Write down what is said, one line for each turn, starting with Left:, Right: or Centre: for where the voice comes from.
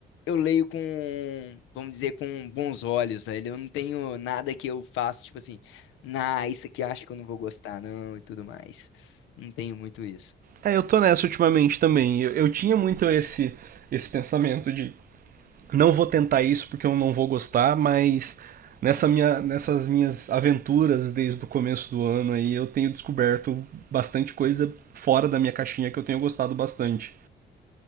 Left: eu leio com, vamos dizer, com bons olhos, velho. Eu não tenho nada que eu faço, tipo assim, nah, isso aqui eu acho que eu não vou gostar, não, e tudo mais. Não tenho muito isso.
Right: É, eu tô nessa ultimamente também. Eu, eu tinha muito esse, esse pensamento de Não vou tentar isso porque eu não vou gostar, mas nessa minha, nessas minhas aventuras desde o começo do ano aí, eu tenho descoberto bastante coisa fora da minha caixinha que eu tenho gostado bastante.